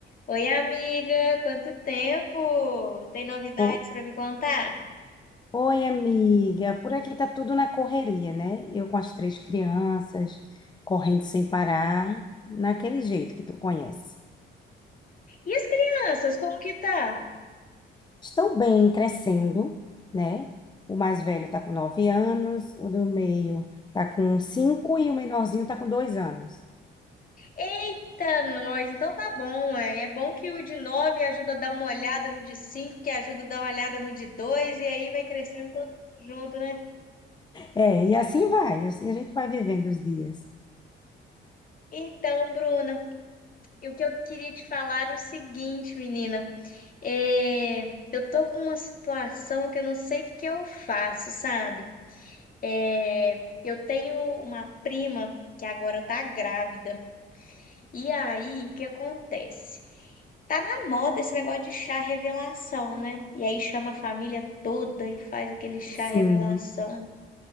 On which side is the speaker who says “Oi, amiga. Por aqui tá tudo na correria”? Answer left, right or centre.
Left